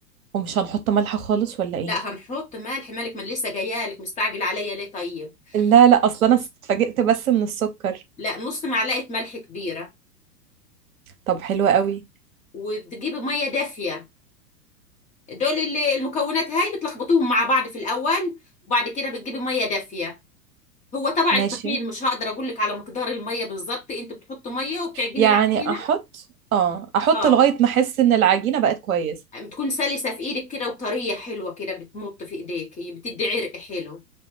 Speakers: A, on the right (about 60°); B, on the left (about 15°).
A: ومش هنحط ملح خالص ولا ايه
B: لا هنحط ملح مالك من لسه جايالك مستعجل عليا ليه طيب
A: لا لا اصلا انا
B: نص
A: اتفاجئت بس من السكر
B: لا نص معلقة ملح كبيرة
A: طب حلوة قوي
B: وبتجيبي مية دافية دول اللي- المكونات هاي بتلخبطوهم مع بعض في الأول وبعد كده بتجيبي مية دافية هو تبع
A: ماشي
B: التخمير مش هقدر اقول لك على مقدار الميه بالظبط انت بتحط ميه وبتعجني
A: يعني
B: العجينه
A: احط اه احط
B: اه
A: لغاية ما احس ان العجينة بقت كويسة
B: بتكون سلسه في ايدك كده وطريه حلوه كده بتمط في ايديكي بتدي عرق حلو